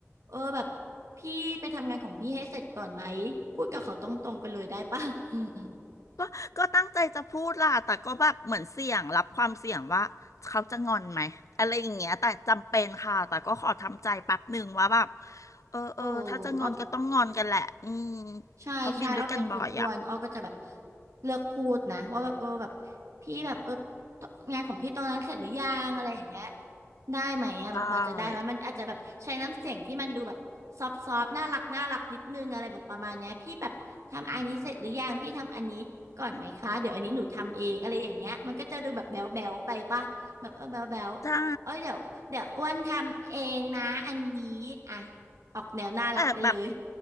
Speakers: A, on the right; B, on the left.
A: เออแบบพี่ไปทำงานของพี่ให้เสร็จก่อนไหมพูดกับเขาตรงๆไปเลยได้ปะ <laughs>
B: ก็ก็ตั้งใจจะพูดล่ะ แต่ก็แบบเหมือนเสี่ยงรับความเสี่ยงว่าเขาจะงอนไหมอะไรอย่างเงี้ยแต่จำเป็นค่ะ แต่ก็ขอทำใจแป๊บหนึ่งว่าแบบ เออเออ
A: โอ้
B: ถ้าจะงอนก็ต้องงอนกันแหละ
A: อ้อ
B: อืม
A: ใช่ใช่อ้อเป็นคุณอ้วนอ้อก็จะแบบ
B: เพราะบินด้วยกันบ่อยอ่ะ
A: เลือกพูดนะว่าแบบเออแบบพี่แบบเอองานของพี่ตรงนั้นเสร็จหรือยังอะไรอย่างเงี้ยได้ไหมอ่ะมันพอจะได้ไหมมันอาจจะแบบใช้น้ำเสียงที่มันดูแบบซอฟซอฟน่ารักน่ารักนิดนึงอะไรแบบประมาณเนี้ยพี่แบบทำอันนี้เสร็จหรือยังพี่ทำอันนี้ก่อนไหมคะเดี๋ยวอันนี้หนูทำเองอะไรอย่างเงี้ยมันก็จะดูแบบแบ๊วแบวไปป่ะแบบเออแบ๊วแบว
B: ใช่ ใช่
A: เอ้ยเดี๋ยวเดี๋ยวอ้วนทำเองนะอันนี้อ่ะออกแนวน่ารักไปเลย
B: แต่แบบ